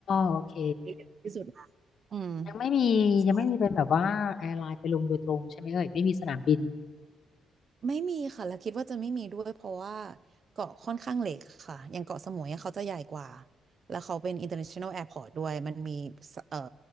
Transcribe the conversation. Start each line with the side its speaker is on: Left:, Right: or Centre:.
Left: โอเค
Right: ที่ดีที่สุดละอืม
Left: ยังไม่มียังไม่มีเป็นแบบว่าแอร์ไลน์ไปลงโดยตรงใช่ไหมเอ่ยไม่มีสนามบิน
Right: ใช่ไม่มีค่ะแล้วคิดว่าจะไม่มีด้วยเพราะว่าเกาะค่อนข้างเล็กค่ะอย่างเกาะสมุยอะเขาจะใหญ่กว่าแล้วเขาเป็น international airport ด้วยมันมีสเอ่อ